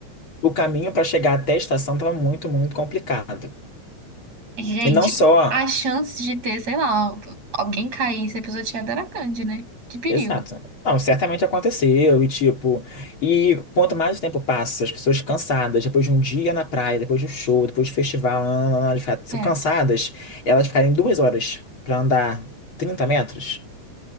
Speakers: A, on the left; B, on the right.
A: o caminho para chegar até a estação tava muito, muito complicado.
B: Gente,
A: E não só.
B: a chance de ter, sei lá, alguém cair e ser pisoteado era grande, né? De perigo.
A: Exato. Não, certamente aconteceu, e tipo, e quanto mais o tempo passa, as pessoas cansadas, depois de um dia na praia, depois do show, depois do festival, nananana, de fato, são
B: É,
A: cansadas, elas ficarem duas horas pra andar 30 metros.